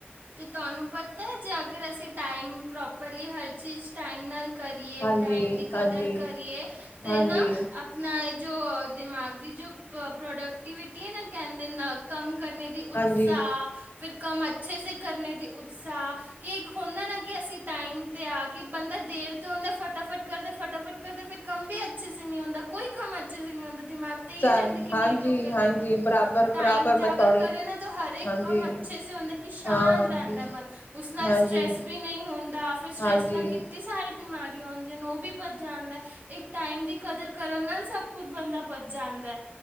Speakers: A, on the right (about 55°); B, on the left (about 60°).
A: ਤੇ ਤੁਹਾਨੂੰ ਪਤਾ ਹੈ ਜੇ ਅਗਰ ਅਸੀਂ ਟਾਈਮ ਪ੍ਰੋਪਰਲੀ ਹਰ ਚੀਜ਼ ਟਾਈਮ ਨਾਲ ਕਰੀਏ,
B: ਹਾਂਜੀ
A: ਟਾਈਮ ਦੀ ਕਦਰ
B: ਹਾਂਜੀ
A: ਕਰੀਏ ਤੇ
B: ਹਾਂਜੀ
A: ਨਾ ਆਪ ਆਪਣਾ ਇਹ, ਜੋ ਦਿਮਾਗ ਦੀ ਜੋ ਪ੍ਰੋਡਕਟ ਕਵਿ ਕਹਿੰਦੇ ਕੰਮ ਕਰਨ ਦੀ ਉਤਸ਼ਾਹ।
B: ਹਾਂਜੀ
A: ਫਿਰ ਕੰਮ ਅੱਛੇ ਕਰਨੇ ਦੀ ਉਤਸ਼ਾਹ ਕਿ ਇੱਕ ਹੁੰਦਾ ਨਾ ਕਿ ਅਸੀਂ ਟਾਈਮ ਤੇ ਆ ਕੇ ਬੰਦਾ ਦੇਰ ਤੇ ਹੁੰਦਾ ਫਟਾਫਟ ਕਰਦੇ ਫਟਾਫਟ ਕਰਦਾ ਫਿਰ ਕੰਮ ਵੀ ਅੱਛੇ ਸ ਨਹੀਂ ਹੰਦਾ। ਕੋਈ ਕੰਮ ਅੱਛੇ ਸ ਨਹੀਂ ਹੰਦਾ। ਦਿਮਾਗ ਰਹਿੰਦੇ
B: ਸਾਰੇ
A: ਕਿ
B: ਹਾਂਜੀ
A: ਲੇਟ ਹੋ
B: ਹਾਂਜੀ
A: ਲੇਟ ਹੋ
B: ਬਰਾਬਰ
A: ਟਾਈਮ
B: ਬਰਾਬਰ
A: ਤਾਂ
B: ਮੈਂ ਤੁਹਾਡੀ
A: ਅਗਰ ਕਰੇ ਨਾ ਤਾਂ ਹਰ
B: ਹਾਂਜੀ
A: ਕੰਮ ਅੱਛੇ ਸੇ ਹੁੰਦਾ। ਕਿ ਸ਼ਾਂਤ
B: ਹਾਂਜੀ
A: ਰਹਿੰਦਾ ਮਨ, ਉਸ ਨਾਲ
B: ਹਾਂਜੀ
A: ਸਟਰੈੱਸ ਵੀ ਨਹੀਂ ਹੁੰਦਾ। ਫਿਰ ਸਟਰੈੱਸ
B: ਹਾਂਜੀ
A: ਨਾਲ ਕਿ ਬਹੁਤੀ ਸਾਰੀਆਂ ਬਿਮਾਰੀਆਂ ਆਦੀਆਂ। ਉਹ ਵੀ ਬੱਚ ਜਾਂਦਾ। ਇੱਕ ਟਾਈਮ ਦੀ ਕਦਰ ਕਰਨ ਨਾਲ ਸਭ ਕੁਛ ਬੰਦਾ ਬਚ ਜਾਂਦਾ ਹੈ।